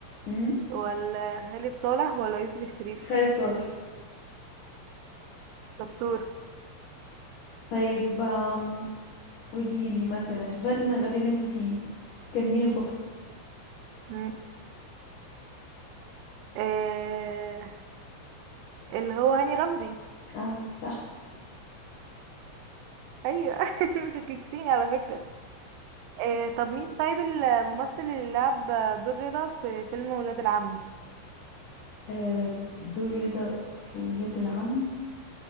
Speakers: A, on the left; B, on the right.
A: امم
B: ولا خالد صالح ولا يوسف الشريف
A: خالد صالح
B: دكتور
A: طيب أم قولي لي مثلا في فيلم غبي منه فيه كان مين البطل
B: مم. آه، اللي هو هاني رمزي
A: اه صح
B: أيوة <laughs> انت شككتيني على فكرة آه، طب مين طيب الممثل اللي لعب دور رضا في فيلم ولاد العم
A: آه، دور رضا في ولاد العم